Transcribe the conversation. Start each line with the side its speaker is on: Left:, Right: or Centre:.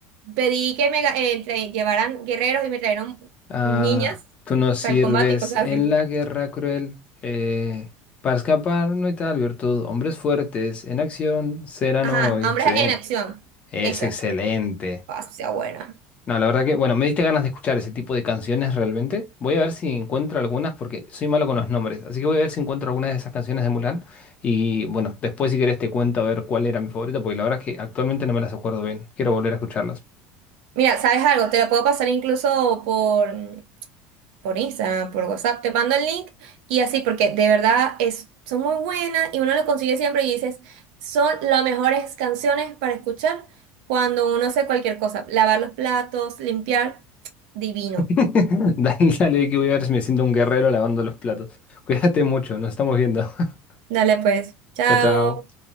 Right: pedí que me ga- eh, tra- llevaran guerreros y me trajeron
Left: Ah,
Right: niñas
Left: tú nos sirves
Right: para el combate y cosas
Left: en
Right: así.
Left: la guerra cruel. eh, para escapar no hay tal virtud. Hombres fuertes en acción serán
Right: Ajá,
Left: hoy.
Right: hombres
Left: Sí,
Right: en acción,
Left: es
Right: esa.
Left: excelente.
Right: Ah, sí, sea buena.
Left: No, la verdad que, bueno, me diste ganas de escuchar ese tipo de canciones realmente. Voy a ver si encuentro algunas porque soy malo con los nombres. Así que voy a ver si encuentro algunas de esas canciones de Mulan. Y bueno, después si querés te cuento a ver cuál era mi favorita porque la verdad es que actualmente no me las acuerdo bien. Quiero volver a escucharlas.
Right: Mira, ¿sabes algo? Te la puedo pasar incluso por, por Instagram, por WhatsApp. Te mando el link y así, porque de verdad es, son muy buenas y uno lo consigue siempre y dices, son las mejores canciones para escuchar cuando uno hace cualquier cosa. Lavar los platos, limpiar, divino.
Left: <laughs> Dale, dale, que voy a ver si me siento un guerrero lavando los platos. <laughs> Cuídate mucho, nos estamos viendo. <laughs>
Right: Dale pues, chao.
Left: Chao, chao.